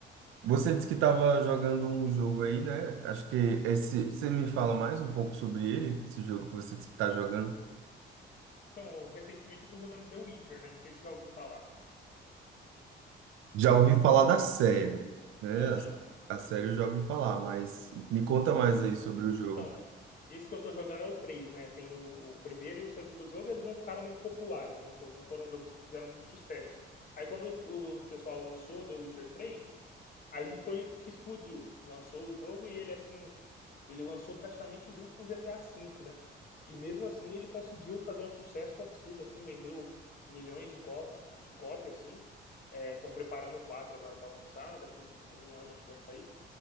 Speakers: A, on the right (about 85°); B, on the left (about 45°).
A: Você disse que estava jogando um jogo aí, né? Acho que esse. Você me fala mais um pouco sobre ele, esse jogo que você disse que está jogando.
B: Então, eu- recentemente eu tô jogando The Witcher, né? Não sei se você já ouviu falar.
A: Já ouvi falar da série, né?
B: Aham.
A: A, a série eu já ouvi falar, mas me conta mais aí sobre o jogo.
B: Então, é, esse que eu tô jogando é o 3, né? Tem o, o primeiro e o segundo jogo, eles não ficaram muito populares, não, fo- não foram jogos que fizeram muito sucesso. Aí quando o, o pessoal lançou The Witcher três, aí foi que explodiu. Lançou o jogo e ele assim, ele lançou praticamente junto com GTA V, né? E mesmo assim ele conseguiu fazer um sucesso absurdo, assim, vendeu milhões de, có- de cópias, assim. Estão preparando o 4 agora para lançar, daqui um, um ano acho que vai sair.